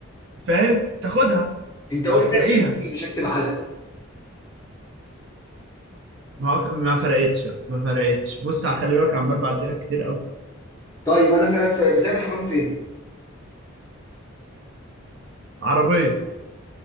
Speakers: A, on the right (about 55°); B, on the left (about 15°).
A: فاهم تاخدها
B: انت قلت
A: او تلاقيها
B: اكتب فيه، مش اكتب على
A: ما هو- ما فرقتش ما فرقتش بص على- خلي بالك عمال بعدلك كتير قوي
B: طيب انا اسالك سؤال بتعمل حمام فين
A: عربية